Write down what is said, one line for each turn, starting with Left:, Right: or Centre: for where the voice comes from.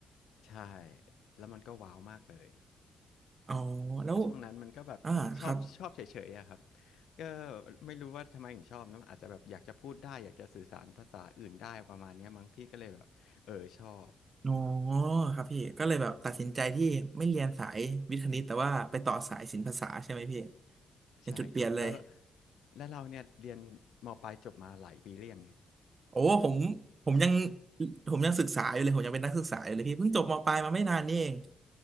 Left: ใช่แล้วมันก็ว้าวมากเลย
Right: อ๋อแล้ว
Left: แล้วช่วงนั้นมันก็แบบรู้สึกชอบชอบเฉยๆอะครับ
Right: อ่าครับ
Left: ก็ไม่รู้ว่าทำไมถึงชอบนะอาจจะแบบอยากจะพูดได้อยากจะสื่อสารภาษาอื่นได้ประมาณเนี้ยมั้งพี่ก็เลยแบบเออชอบ
Right: อ๋อครับพี่ก็เลยแบบตัดสินใจที่ไม่เรียนสายวิทย์คณิตแต่ว่าไปต่อสายศิลปภาษาใช่ไหมพี่เป็นจุดเปลี่ยนเลย
Left: ใช่ครับแล้วแล้วเราเนี่ยเรียนมปลายจบมาหลายปีเรียงเนี่ย
Right: โอ้ผมผมยังผมยังศึกษาอยู่เลยผมยังเป็นนักศึกษาอยู่เลยพี่เพิ่งจบมปลายมาไม่นานนี่เอง